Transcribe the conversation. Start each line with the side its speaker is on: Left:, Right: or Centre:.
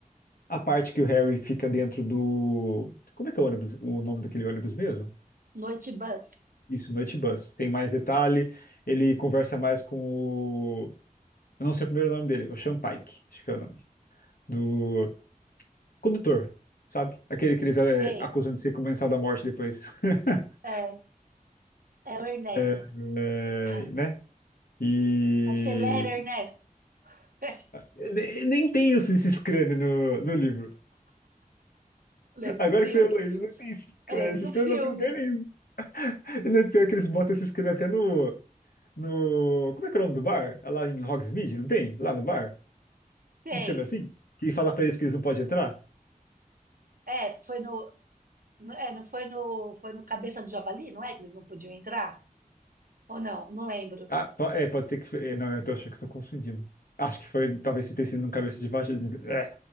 Left: a parte que o Harry fica dentro do. Como é que é o ônibus, o nome daquele ônibus mesmo?
Right: Noite Bus.
Left: Isso, Noite Bus. Tem mais detalhe, ele conversa mais com o. Eu não sei o primeiro nome dele, o Sean Pike, acho que é o nome. do. Condutor, sabe? Aquele que eles é,
Right: Sei,
Left: acusam de ser comensal da morte depois. <laughs>
Right: é, é o Ernesto.
Left: É, é,
Right: Ah,
Left: né? E
Right: Acelera, Ernesto. <laughs>
Left: ne- nem tem isso, esses crânios no, no livro.
Right: Lembro
Left: Agora
Right: do filme.
Left: que você falou isso, não tem esses crânios.
Right: Eu lembro do
Left: Esses crânios
Right: filme.
Left: não tem lugar nenhum. E não é pior que eles botam esses crânios até no, no. Como é que é o nome do bar? É Lá em Hogsmeade, não tem? Lá no bar?
Right: Tem.
Left: Uns crânios assim? Que fala pra eles que eles não podem entrar?
Right: É, foi no. no- É, não foi no. Foi no Cabeça do Javali, não é? Que eles não podiam entrar? Ou não? Não lembro.
Left: Ah, po- é, pode ser que foi. é, Não, eu tô achando que estou confundindo. Acho que foi, talvez tenha sido um cabeça de vaca. É, o